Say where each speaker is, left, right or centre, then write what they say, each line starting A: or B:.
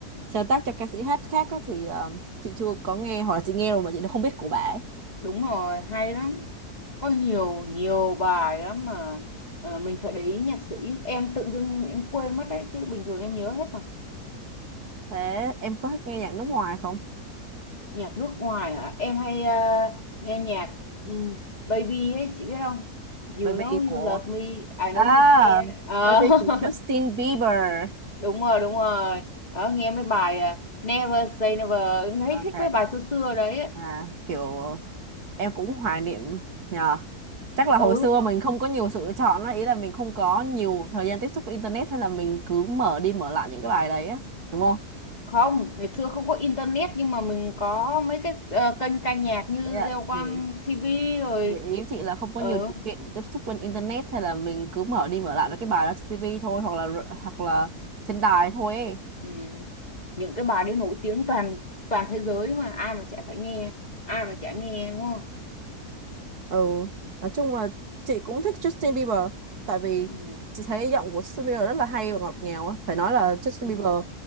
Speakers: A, on the right; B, on the left.
A: sáng tác cho ca sĩ hát khác á, thì ờ, chị chưa có nghe hoặc là chị nghe rồi mà chị đã không biết của bà ấy.
B: đúng rồi hay lắm có nhiều nhiều bài lắm mà ờ, mình phải để ý nhạc sĩ em tự dưng em quên mất đấy chứ bình thường em nhớ hết mà
A: thế em có thích nghe nhạc nước ngoài không
B: nhạc nước ngoài hả em hay ờ, nghe nhạc ừm, Baby ấy chị biết không You
A: Baby
B: know
A: của
B: you love me I
A: à
B: know you care Ờ,
A: birthday
B: <laughs>
A: của Justin Bieber
B: đúng rồi đúng rồi đó nghe mấy bài ờ, Never say never em thấy
A: ok
B: thích mấy bài xưa xưa đấy ấy.
A: à kiểu em cũng hoài niệm nhờ chắc là hồi
B: ừ
A: xưa mình không có nhiều sự lựa chọn á ý là mình không có nhiều thời gian tiếp xúc với internet hay là mình cứ mở đi mở lại những cái bài đấy á đúng không
B: không ngày xưa không có internet nhưng mà mình có mấy cái ờ, kênh ca nhạc như
A: Ý là-
B: Giao Quan
A: thì,
B: TV rồi
A: thì ý chị là không có
B: ờ
A: nhiều điều kiện để tiếp xúc lên internet hay là mình cứ mở đi mở lại mấy cái bài đó trên TV thôi hoặc là hoặc là trên đài thôi ấy.
B: ừ. những cái bài đấy nổi tiếng toàn toàn thế giới mà ai mà chả phải nghe ai mà chả nghe đúng không
A: ừ nói chung là chị cũng thích Justin Bieber tại vì
B: ừ
A: chị thấy giọng của Justin Bieber rất là hay và ngọt ngào á phải nói là Justin
B: ừ
A: Bieber